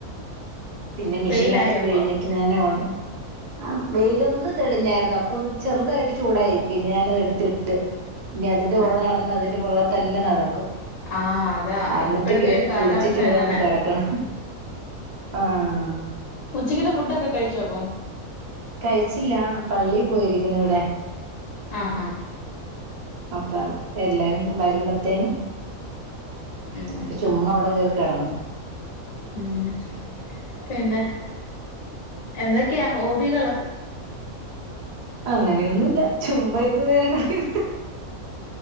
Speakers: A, on the right; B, on the left.
A: പിന്നെ മെഷീനാത്ത്
B: വെയിലായോ
A: പിഴിഞ്ഞിട്ട്
B: ഇപ്പൊ
A: ഞാനൊണ ആഹ് വെയിലൊന്ന് തെളിഞ്ഞായിരുന്നു അപ്പൊ ഒന്ന് ചെറുതായിട്ട് ചൂടായി പിന്നെ ഞാനത് എടുത്തിട്ട് ഇനി അതിന്റെ പൊറകെ
B: ആഹ്
A: നടന്ന അതിന്റെ പൊറകെ തന്നെ നടക്കും
B: ആഹ് അതാ
A: എന്നിട്ട്
B: ഇപ്പോഴത്തെ
A: കേറി
B: ഒരു കാലാവസ്ഥ
A: കുളിച്ചിട്ട് ഇവിടെ
B: അങ്ങനെ
A: വന്ന് കിടക്കണം ആഹ്
B: ഉച്ചക്കത്തെ ഫുഡൊക്കെ കഴിച്ചോ അപ്പ
A: കഴിച്ചില്ല പള്ളി പോയിരിക്കുന്നു ഇവിടെ
B: ആഹാ
A: അപ്പ അത് എല്ലാരും വരുമ്പത്തേനും
B: ഉം
A: അപ്പൊ ചുമ്മാ അവിടെ കേറി കെടന്നു
B: ഉം പിന്നെ എന്തൊക്കെയാ ഹോബികള്
A: അങ്ങനെയൊന്നുല്ല ചുമ്മായിരുന്നു നേരം കളയും